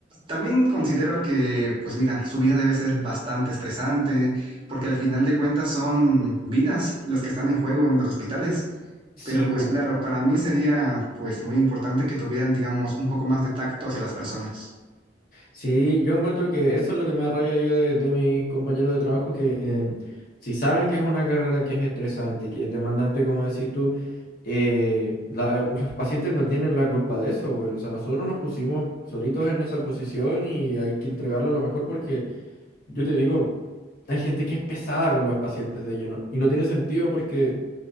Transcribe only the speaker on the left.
sí,
pu.
Sí, yo encuentro que eso es lo que me da rabia yo de, de mis compañeros de trabajo, que em, si saben que es una carrera que es estresante, que es demandante, como decís tú, eh, la- <laughs> los pacientes no tienen la culpa de eso, güey. O sea, nosotros nos pusimos solitos en esa posición y hay que entregarlo a lo mejor porque, yo te digo, hay gente que es pesada con los pacientes de lleno y no tiene sentido porque